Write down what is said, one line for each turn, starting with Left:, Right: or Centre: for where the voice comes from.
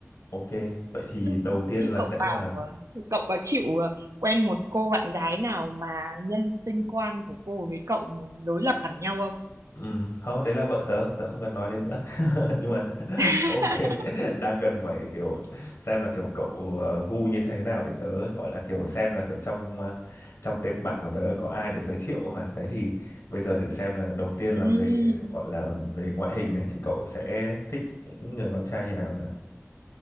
Left: Ok, vậy thì
Right: chứ
Left: đầu tiên
Right: chứ
Left: là
Right: cậu
Left: sẽ
Right: bảo
Left: là
Right: ờ, cậu có chịu ờ, quen một cô bạn gái nào mà nhân sinh quan của cô với cậu mà đối lập hẳn nhau không
Left: Ừ, không, đấy là vợ tớ, tớ không cần nói đến nữa. <laughs> Nhưng mà <laughs>
Right: <laughs>
Left: ok, đang cần phải kiểu xem là kiểu cậu ờ, gu như thế nào để tớ gọi là kiểu xem là kiểu trong ờ, trong tệp bạn của tớ có ai để giới thiệu mà. Đấy thì bây giờ thử xem là đầu tiên là
Right: Ừm,
Left: về gọi là về ngoại hình này thì cậu sẽ thích những người con trai như nào nào.